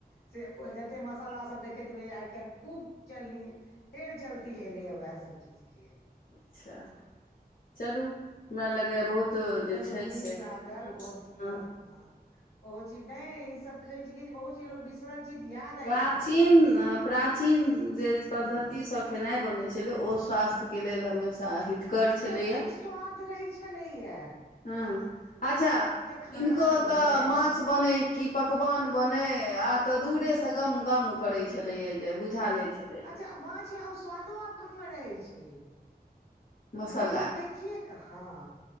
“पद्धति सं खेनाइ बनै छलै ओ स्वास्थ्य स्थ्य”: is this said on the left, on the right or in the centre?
Left